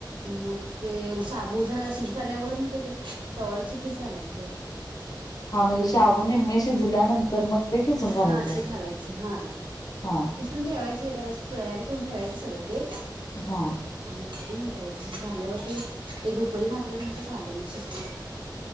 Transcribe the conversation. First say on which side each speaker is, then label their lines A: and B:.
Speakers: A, on the right; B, on the left.
A: मग ते साबू जरा शिजत आल्यावर मग ते कवाळूच कीस घालायचं
B: हा म्हणजे
A: मग एक
B: शाबू नि्मे शिजल्यानंतर मग ते खिसून घालायचं.
A: हा ते घालायचं हा
B: हा
A: खिसून ठेवायच हे करायचं तयारी करून ठेवायचं सगळं ते
B: हा
A: आणि हे करायच म्ह झाल्यावर ते एक ऊकळी मारलं म्हणजे झालं म शिजत ते